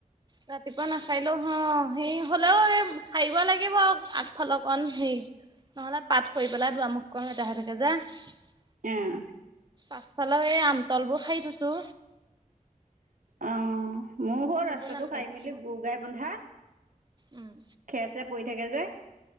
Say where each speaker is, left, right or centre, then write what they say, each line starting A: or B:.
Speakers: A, on the right; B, on the right.
A: ৰাতিপুৱা নাসাইলো হয় সেই হলেও এই সাৰিব লাগিব আৰু আগফাল অকণ সেই- নহলে পাত সৰি পেলাই দুৱাৰমুখ খন লেতেৰাহৈ থাকে যে।
B: উম।
A: পাছফালে এই আমতল বোৰ সাৰি থৈছো।
B: অঁ। মোৰ হল
A: এইবোৰ
B: ৰাস্তাটো
A: নাসাৰিলে
B: সাই মেলি
A: হ'ব।
B: গ- গাই বন্ধা,
A: উম
B: খেৰ- চেৰ পৰি থাকে যে।